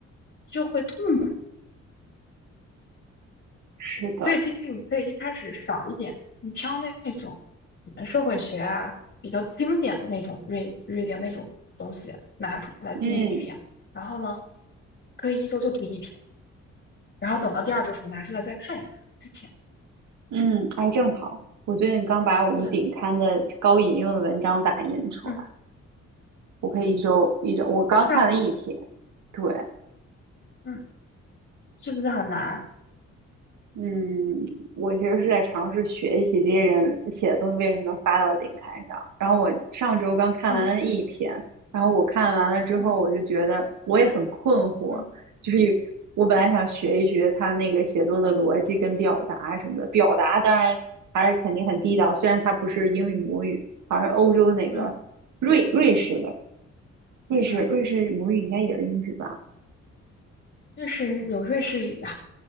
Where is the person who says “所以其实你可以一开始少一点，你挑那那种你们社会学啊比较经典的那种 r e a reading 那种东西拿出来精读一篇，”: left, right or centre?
Left